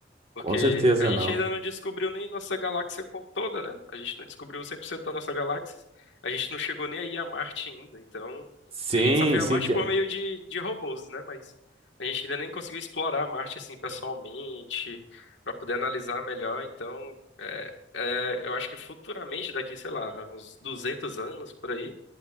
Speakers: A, on the left; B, on the right.
A: Porque
B: Com certeza
A: a gente
B: não.
A: ainda não descobriu nem nossa galáxia co- toda, né? A gente não descobriu 100% da nossa galáxia. A gente não chegou nem aí a Marte ainda. Então,
B: Sim,
A: a gente só foi
B: sim,
A: a Marte
B: que-
A: por meio de, de robôs, né? Mas a gente ainda nem conseguiu explorar a Marte assim pessoalmente, para poder analisar melhor. Então, é, é, eu acho que futuramente, daqui, sei lá, uns 200 anos por aí,